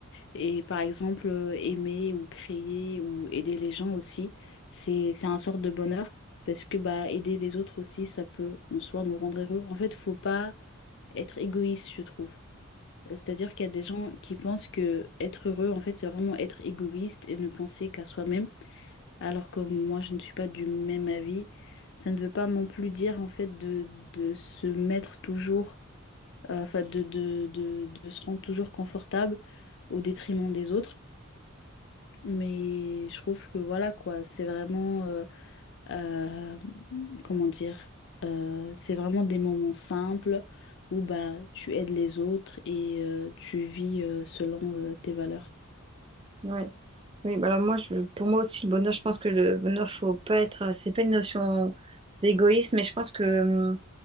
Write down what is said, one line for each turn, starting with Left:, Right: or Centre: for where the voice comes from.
Left: Et par exemple, euh, aimer ou créer ou aider les gens aussi, c'est c'est un sort de bonheur parce que bah aider les autres aussi, ça peut en soi nous rendre heureux. En fait, faut pas être égoïste, je trouve. Euh, C'est-à-dire qu'il y a des gens qui pensent que être heureux, en fait, c'est vraiment être égoïste et ne penser qu'à soi-même, alors que moi, je ne suis pas du même avis. Ça ne veut pas non plus dire, en fait, de, de se mettre toujours, euh, enfin, de, de, de de se rendre toujours confortable au détriment des autres. Mais je trouve que voilà quoi, c'est vraiment, euh, euh, comment dire, euh, c'est vraiment des moments simples où bah tu aides les autres et euh, tu vis euh, selon euh, tes valeurs.
Right: Oui. Oui, bah alors moi, je, pour moi aussi, le bonheur, je pense que le bonheur, faut pas être, c'est pas une notion d'égoïsme, mais je pense que